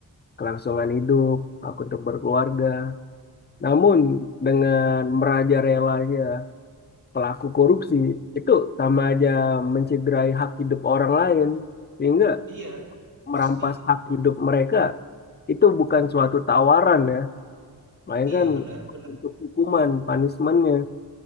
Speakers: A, on the left; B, on the right.
A: kelangsungan hidup, hak untuk berkeluarga. Namun dengan merajalelanya pelaku korupsi itu sama aja mencederai hak hidup orang lain, sehingga
B: iya
A: merampas
B: pasti
A: hak hidup mereka itu bukan suatu tawaran ya, melainkan
B: iya benar benar
A: untuk hukuman, punishmentnya.